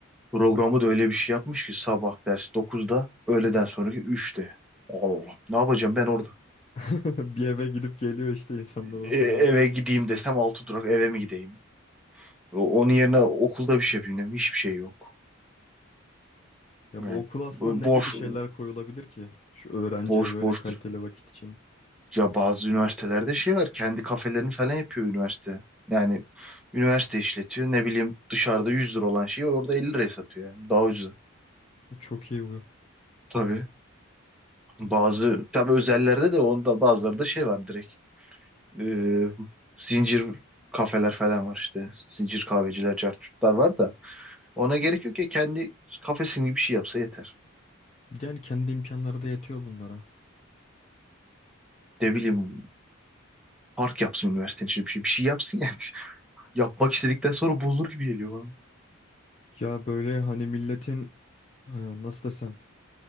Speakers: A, in the centre; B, on the left.
A: programı da öyle bir şey yapmış ki sabah ders 9'da öğleden sonraki 3'te. Allah. Ne yapacağım ben orada?
B: <laughs> Bir eve gidip geliyor işte insanlar o
A: E-
B: sırada.
A: eve gideyim desem altı durak eve mi gideyim? O- Onun yerine okulda bir şey yapayım dedim. Hiçbir şey yok.
B: Ya
A: Yani
B: bu okul aslında
A: bu boş
B: ne gibi şeyler koyulabilir ki? Şu öğrenciye
A: boş
B: böyle
A: boştur.
B: kaliteli vakit için.
A: Ya bazı üniversitelerde şey var. Kendi kafelerini falan yapıyor üniversite. Yani üniversite işletiyor. Ne bileyim dışarıda 100 lira olan şeyi orada 50 liraya satıyor yani. Daha ucuza.
B: E, Çok iyi bu.
A: Tabii. Bazı tabii özellerde de onda bazıları da şey var direkt. Ee, zincir kafeler falan var işte. Zincir kahveciler, cartçutlar var da ona gerek yok ya kendi kafesin gibi bir şey yapsa yeter.
B: Yani kendi imkanları da yetiyor bunlara.
A: Ne bileyim park yapsın üniversitenin içinde bir şey bir şey yapsın yani. yapmak istedikten sonra bulunur gibi geliyor bana.
B: Ya böyle hani milletin e, nasıl desem